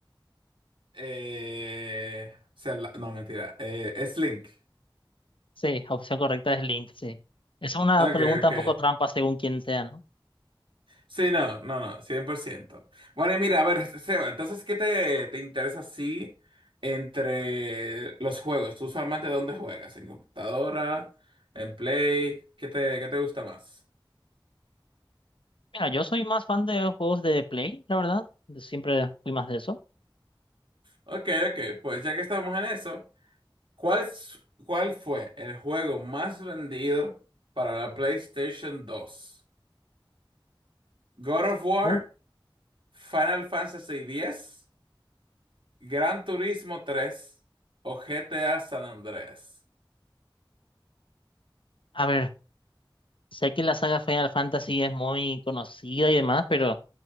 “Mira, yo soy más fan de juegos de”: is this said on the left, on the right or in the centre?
Left